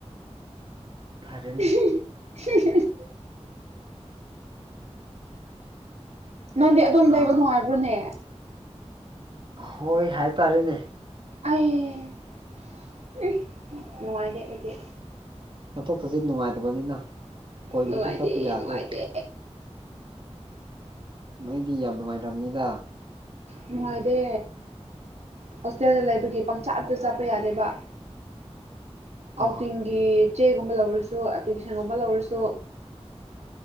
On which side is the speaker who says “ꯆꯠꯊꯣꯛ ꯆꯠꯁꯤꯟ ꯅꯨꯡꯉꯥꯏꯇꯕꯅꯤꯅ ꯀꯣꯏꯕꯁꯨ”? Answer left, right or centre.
Right